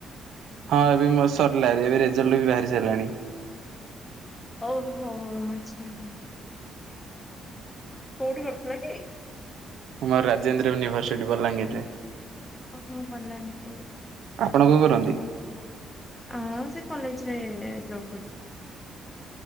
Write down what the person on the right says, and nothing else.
ହଁ ଏବେ ମୋ ସରିଲା ଏବେ ରେଜଲ୍ଟ ବି ବାହାରି ସାରିଲାଣି।
ଆମର ରାଜେନ୍ଦ୍ର ୟୁନିଭରସିଟି ବଲାଙ୍ଗୀରରେ।
ଆପଣ କଣ କରନ୍ତି?